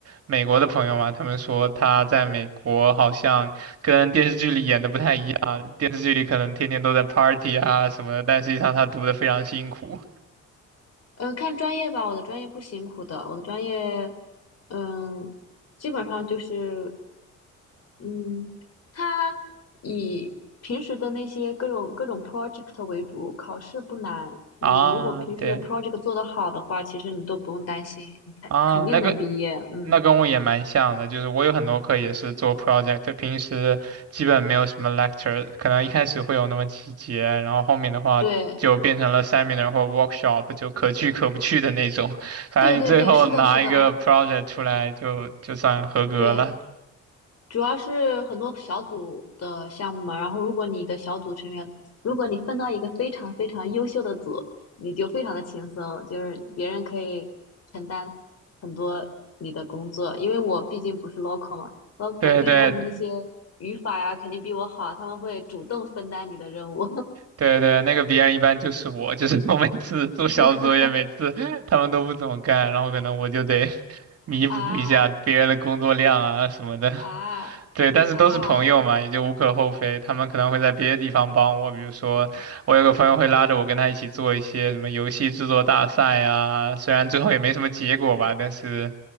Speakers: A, on the right; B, on the left.
A: 美国的朋友嘛，他们说他在美国好像跟电视剧里演的不太一样，电视剧里可能天天都在 party 啊什么的，但实际上他读的非常辛苦
B: 嗯，看专业吧，我的专业不辛苦的，我的专业，嗯，基本上就是，嗯，它以平时的那些各种各种 project 为主，考试不难。你如果平时的
A: 啊。对
B: project 做得好的话，其实你都不用担心，你肯肯定能毕业。
A: 啊，那个。
B: 嗯，
A: 那跟我也蛮像的，就是我有很多课也是做 project，平时基本没有什么 lecture，可能一开始会有那么几节，然后后面的话就变成了
B: 对。
A: seminar 或 workshop，就可去可不去的那种。<laughs> 反正你最后拿一个
B: 对对对，是的，是的，
A: project 出来就就算合格了。
B: 对，主要是很多小组的项目嘛。然后，如果你的小组成员，如果你分到一个非常非常优秀的组，你就非常的轻松，就是别人可以承担很多你的工作。因为我毕竟不是 local 嘛，然后本地他们那些
A: 对对
B: 语法呀，肯定比我好，他们会主动分担你的任务。
A: 对对，那个别人一般就是我，就是 <laughs> 我每次做小组作业，
B: <laughs>
A: 每次他们都不怎么干，然后可能我就得 <laughs> 弥补一下别人的工作量啊什么的。
B: 啊啊
A: 对，但是都是朋友嘛，
B: 啊！
A: 也就无可厚非。他们可能会在别的地方帮我，比如说我有个朋友会拉着我跟他一起做一些什么游戏制作大赛呀，虽然最后也没什么结果吧，
B: <laughs>
A: 但是，